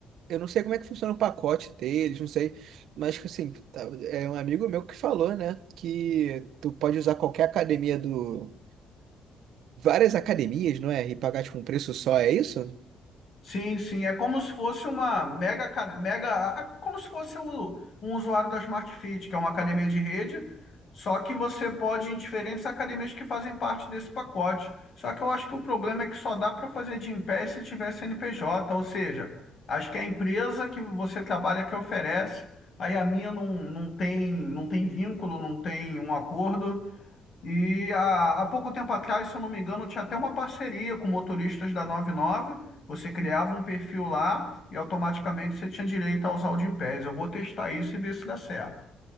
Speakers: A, on the right; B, on the left.
A: Eu não sei como é que funciona o pacote deles, não sei. Mas, tipo assim, tá- é um amigo meu que falou, né? Que tu pode usar qualquer academia do. Várias academias, não é? E pagar, tipo, um preço só, é isso?
B: Sim, sim, é como se fosse uma mega, aca- mega, a- a- como se fosse o- um usuário da Smart Fit, que é uma academia de rede, só que você pode ir em diferentes academias que fazem parte desse pacote. Só que eu acho que o problema é que só dá para fazer de em pé se tiver CNPJ, ou seja, acho que é a empresa que você trabalha que oferece, aí a minha não, não tem, não tem vínculo, não tem um acordo, e há, há pouco tempo atrás, se eu não me engano, tinha até uma parceria com motoristas da 99. Você criava um perfil lá e automaticamente você tinha direito a usar o Gympass. Eu vou testar isso e ver se dá certo.